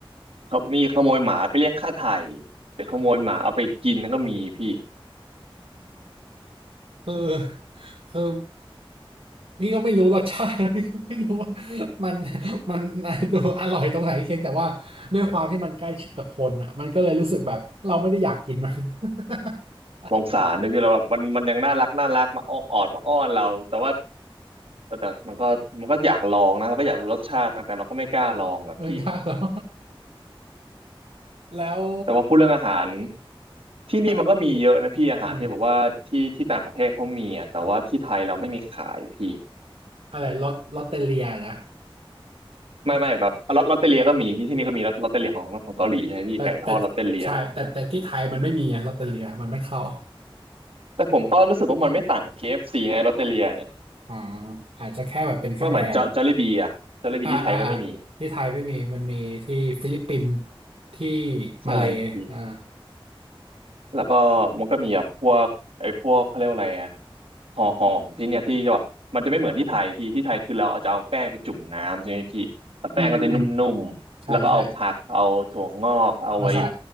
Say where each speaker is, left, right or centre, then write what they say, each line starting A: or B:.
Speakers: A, on the right; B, on the right.
A: เขามีขโมยหมาไปเรียกค่าไถ่หรือขโมยหมาเอาไปกินนั่นก็มีพี่
B: คือ คือ พี่ก็ไม่รู้รสชาติ <laughs> พี่ก็ไม่รู้ว่า <laughs> มันมัน <laughs> ดูอร่อยตรงไหนเพียงแต่ว่าด้วยความที่มันใกล้ชิดกับคนอ่ะมันก็เลยรู้สึกแบบเราไม่ได้อยากกินมัน <laughs>
A: สงสารเลยพี่เราแบบมันมันยังน่ารักน่ารักมาอ้อนออดมาอ้อนเราแต่ว่าเออแต่มันก็มันก็อยากลองนะมันก็อยากรู้รสชาตินะแต่เราก็ไม่กล้าลองว่ะพี่
B: ไม่กล้าหรอก <laughs> แล้ว
A: แต่ว่าพูดเรื่องอาหารที่นี่มันก็มีเยอะนะพี่อาหารที่แบบว่าที่ที่ต่างประเทศเขามีอ่ะแต่ว่าที่ไทยเราไม่มีขายพี่
B: อ่ะอืมอะไรลอตลอตเตอเลียนะ
A: ไม่ไม่แบบลอตลอตเตอเลียก็มีที่ที่นี่ก็มีลอตลอตเตอเลียของของเกาหลีใช่ไหมพี่ไก่ทอดลอตเตอเลีย
B: แต่แต่ใช่แต่แต่ที่ไทยมันไม่มีอะลอตเตอเลียมันไม่เข้า
A: แต่ผมก็รู้สึกว่ามันไม่ต่าง KFC นะลอตเตอเลียเนี่ย
B: <laughs> อ๋ออาจจะแค่แบบเป็นแค่แบรนด์
A: ว่าเหมือนจอจอลลี่บีอะจอลลี่บีที่ไทยก็ไม่มี
B: อ่าอ่าอ่าที่ไทยไม่มีมันมีที่ฟิลิปปินส์ที่
A: ใช่พี่
B: มาเลย์อ่า
A: แล้วก็มันก็มีแบบพวกไอ้พวกเขาเรียกว่าอะไรอ่ะห่อห่อมที่เนี่ยที่แบบมันจะไม่เหมือนที่ไทยพี่ที่ไทยคือเราเอาจะเอาแป้งไปจุ่มน้ำใช่ไหมพี่แล้วแป้งก็จะนุ่มๆแล้วก็เอาผักเอาถั่วงอกเอาไอ้
B: อืมอืมอืมใช่ใช่ มาใส่